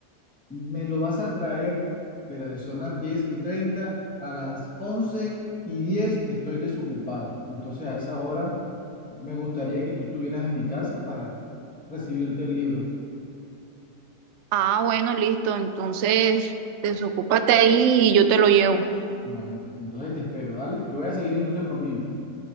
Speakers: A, in the centre; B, on the right (about 65°).
A: Me lo vas a traer, pero son las diez y treinta a las 11 y 10 estoy desocupado. Entonces a esa hora me gustaría que tú estuvieras en mi casa para recibirte el libro.
B: Ah, bueno, listo. Entonces, desocúpate ahí y yo te lo llevo.
A: Bueno, pues entonces te espero, dale. Yo voy a seguir entonces en lo mío.